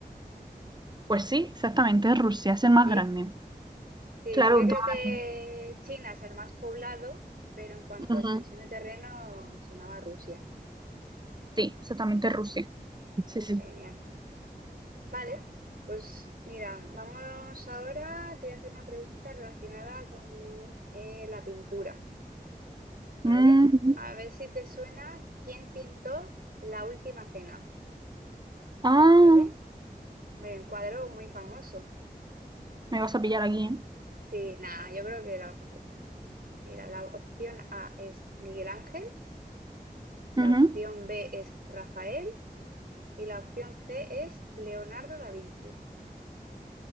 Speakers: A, on the right (about 25°); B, on the right (about 65°).
A: Pues sí, exactamente, es Rusia, es el más
B: Sí,
A: grande.
B: sí,
A: Claro,
B: sí que
A: entonces-
B: creo que China es el más poblado, pero en cuanto
A: ujú,
B: a extensión de terreno me sonaba Rusia.
A: sí, exactamente es Rusia. Sí, sí.
B: Genial. Vale, pues mira, vamos ahora, te voy a hacer una pregunta relacionada con eh, la pintura, ¿vale?
A: Mm,
B: A ver si te suena quién pintó La Última Cena,
A: ah,
B: ¿vale? Un cuadro muy famoso.
A: me vas a pillar aquí.
B: Sí, nada, yo creo que la vas a aceptar. Mira, la opción A es Miguel Ángel, la
A: ¿eh? Ujú.
B: opción B es Rafael y la opción C es Leonardo da Vinci.